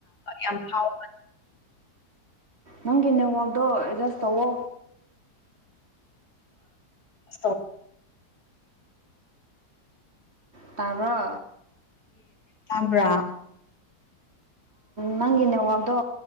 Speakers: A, on the left (about 60°); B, on the right (about 35°).
A: ꯌꯥꯝ ꯐꯥꯎ
B: ꯅꯪꯒꯤ ꯅꯦꯋꯥꯛꯗꯣ ꯑꯦꯗꯖꯁ ꯇꯧꯋ
A: ꯣ
B: ꯇꯔꯣ
A: ꯇꯕ꯭ꯔꯥ
B: ꯅꯪꯒꯤ ꯅꯦꯠꯋꯥꯛꯗꯣ